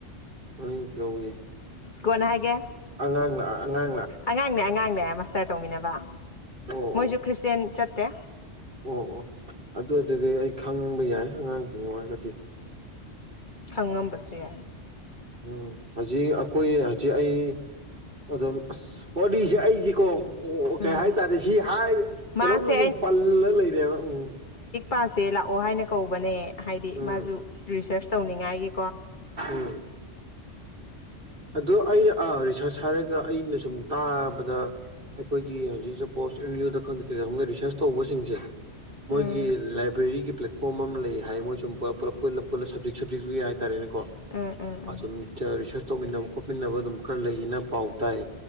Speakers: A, on the right; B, on the left.
A: ꯅ ꯀꯣꯦ
B: ꯀꯅ ꯍꯥꯏꯒꯦ
A: ꯑꯉꯥꯡ ꯑꯉꯥꯡ
B: ꯑꯉꯥꯡꯅꯦ ꯑꯉꯥꯡꯅꯦ ꯃꯥꯁꯇꯔ ꯇꯧꯃꯤꯟꯅꯕ
A: ꯑꯣ
B: ꯃꯣꯏꯁꯨ
A: ꯑꯣ
B: ꯈ꯭ꯔꯤꯁꯇꯦꯟ ꯆꯠꯇꯦ
A: ꯑꯣ ꯑꯣ ꯑꯗꯨ ꯑꯗꯨꯗꯤ ꯑꯩ ꯈꯪꯕ ꯌꯥꯏ ꯑꯉꯥꯡꯁꯤꯡ ꯑꯣꯏꯔꯒꯗꯤ
B: ꯎ ꯈꯪꯉꯝꯕꯁꯨ ꯌꯥꯏ
A: ꯎꯝ ꯍꯧꯖꯤꯛ ꯑꯩꯈꯣꯏ ꯍꯧꯖꯤꯛ ꯑꯩ ꯑꯗꯨꯝ ꯑꯁ ꯋꯥꯔꯤꯁꯦ ꯑꯩꯁ ꯀꯣ
B: ꯎꯝ
A: ꯀꯩ ꯍꯥꯏꯇꯥꯔꯦ ꯁꯤ ꯍꯥꯏ
B: ꯃꯥꯁꯦ
A: ꯀꯩꯅꯣꯝꯅ ꯁꯨꯝ ꯄꯜꯂꯒ ꯂꯩꯔꯦꯕ ꯎꯝ
B: ꯃꯥꯁꯦ ꯂꯥꯛꯑꯣ ꯍꯥꯏꯅ ꯀꯧꯕꯅꯦ ꯍꯥꯏꯗꯤ
A: ꯎꯝ
B: ꯃꯥꯁꯨ ꯔꯤꯁꯔꯁ ꯇꯧꯅꯤꯡꯉꯥꯏꯒꯤ
A: ꯎꯝ ꯑꯗꯣ ꯑꯩꯅ ꯔꯤꯁꯔꯁ ꯍꯥꯏꯔꯒ ꯑꯩꯅ ꯁꯨꯝ ꯇꯥꯕꯗ ꯑꯩꯈꯣꯏꯒꯤ ꯍꯧꯖꯤꯛꯁꯦ ꯄꯣꯁ ꯑꯦꯝ ꯌꯨꯗ ꯈꯪꯗꯦ ꯀꯩꯀ ꯈꯒ ꯔꯤꯁꯔꯁ ꯇꯧꯕꯁꯤꯡꯁꯦ ꯃꯣꯏꯒꯤ
B: ꯎꯝ
A: ꯂꯥꯏꯕ꯭ꯔꯦꯔꯤꯒꯤ ꯄ꯭ꯂꯦꯠꯐꯣꯝ ꯑꯃ ꯂꯩ ꯍꯥꯏ ꯃꯣꯏ ꯁꯨꯝ ꯄꯨ ꯄꯨꯂꯞ ꯄꯨꯂ ꯄꯨꯂ ꯁꯞꯖꯦꯛ ꯁꯞꯖꯦꯛꯛꯇꯨ ꯍꯥꯏꯇꯥꯔꯦꯅꯦꯀꯣꯝ
B: ꯎꯝ ꯎꯝ
A: ꯔꯤꯁꯔꯁ ꯇꯧꯃꯤꯟꯅꯕ ꯈꯣꯠꯃꯤꯟꯅꯕ ꯑꯗꯨꯝ ꯈꯔ ꯂꯩꯌꯦꯅ ꯄꯥꯎ ꯇꯥꯏ